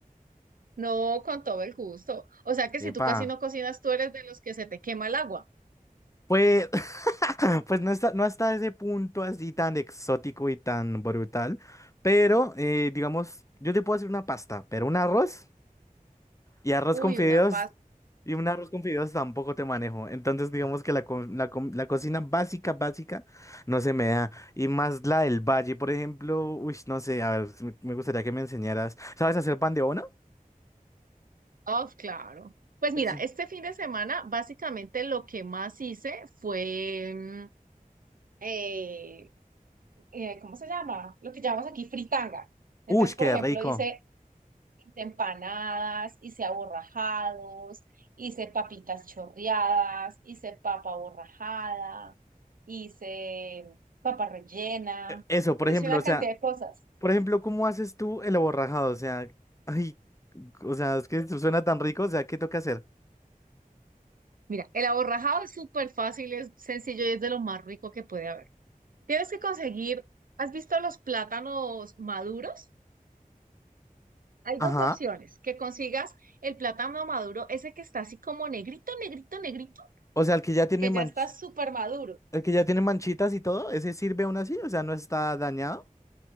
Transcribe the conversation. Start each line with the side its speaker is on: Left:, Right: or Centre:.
Right: no con todo el gusto, o sea que si
Left: Epa.
Right: tú casi no cocinas, tú eres de los que se te quema el agua.
Left: Pues, <laughs> pues no está, no hasta ese punto así tan exótico y tan brutal, pero eh, digamos, yo te puedo hacer una pasta, pero un arroz. Y arroz
Right: Uy,
Left: con fideos,
Right: una
Left: y un arroz con fideos tampoco te manejo. Entonces, digamos que la, co- la, co- la cocina básica, básica, no se me da. Y más la del valle, por ejemplo, uy, no sé, a ver, si me me gustaría que me enseñaras. ¿Sabes hacer pan de bono?
Right: Of, claro. Pues mira,
Left: Sí.
Right: este fin de semana básicamente lo que más hice fue, mm, eh, eh, ¿cómo se llama? Lo que llamamos aquí fritanga. Entonces,
Left: Uy,
Right: por
Left: qué
Right: ejemplo,
Left: rico.
Right: hice empanadas, hice aborrajados, hice papitas chorreadas, hice papa aborrajada, hice papa rellena,
Left: E- Eso, por
Right: hice
Left: ejemplo,
Right: una
Left: o sea,
Right: cantidad de cosas.
Left: por ejemplo, ¿cómo haces tú el aborrajado? O sea, ay, o sea, es que eso suena tan rico, o sea, ¿qué toca hacer?
Right: mira, el aborrajado es súper fácil, es sencillo y es de lo más rico que puede haber. Tienes que conseguir, ¿has visto los plátanos maduros? Hay
Left: Ajá.
Right: dos opciones, que consigas el plátano maduro, ese que está así como negrito, negrito, negrito,
Left: O sea, el que ya tiene
Right: que
Left: manch-
Right: ya está súper maduro.
Left: el que ya tiene manchitas y todo, ¿ese sirve aún así? O sea, ¿no está dañado?